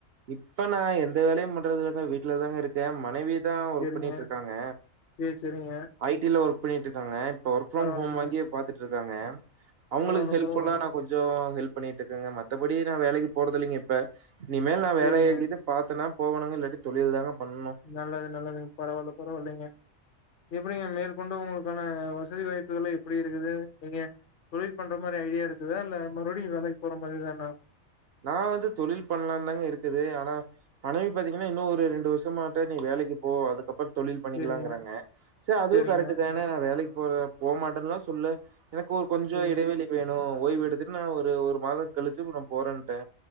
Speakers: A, on the right (about 60°); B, on the left (about 50°).
A: இப்ப நா எந்த வேலையு பண்றதுல்லங்க வீட்ல தாங்க இருக்கெ மனைவி தா ஒர்க்
B: சேரிங்க
A: பண்ணிட்ருக்காங்க
B: சேரி சேரிங்க
A: ஐ டி ல ஒர்க் பண்ணிட்ருக்காங்க இப்ப ஒர்க் ஃப்ரம்
B: பரவாயில்லைங்க
A: ஹோம் வாங்கியே பாத்துட் ருக்காங்க அவுங்களுக்கு
B: பரவால்ல
A: ஹெல்ப்ஃபுல்லா
B: பரவால்லைங்க
A: நா கொஞ் சோ ஹெல்ப் பண்ணிட்ருக்கேங்க மத்தபடி நா வேலைக்கு போறதில்லைங்க இப்ப இனிமேல் நா
B: சேரிங்க
A: வேலை இது பாத்தனா போவனுங்க இல்லாட்டி தொழில் தாங்க பண்ணு
B: நல்லது நல்லதுங் பரவால்ல பரவால்லைங்க எப்டிங்க மேற்கொண்டு உங்களுக்கான வசதி வாய்ப்புகள்லா எப்டி இருக்குது நீங்க தொழில் பண்ற மாரி ஐடியா இருக்குதா இல்ல மறுப்டியோ வேலைக்கி போற மாரி தானா
A: நா வந்து தொழில் பண்லாதாங்க இருக்குது ஆனா மனைவி பாத்தீங்கன்னா இன்னு ஒரு ரெண்டு வருஷமாட்ட நீ வேலைக்கு போ அதுக்கப்பறோ தொழில் பண்ணிக்லாங்கறாங்க
B: சேரிங்க
A: சே அதுவு
B: சேரிங்க
A: கரெக்ட்டு தான நா வேலைக்கு போற போமாட்டேன்லா சொல்ல எனக்கு கொஞ்சோ
B: சேரிங்க
A: இடைவெளி வேணு ஓய்வெடுத்துட்டு நா ஒரு ஒரு மாதோ கழிச்சி நா போறன்ட்டே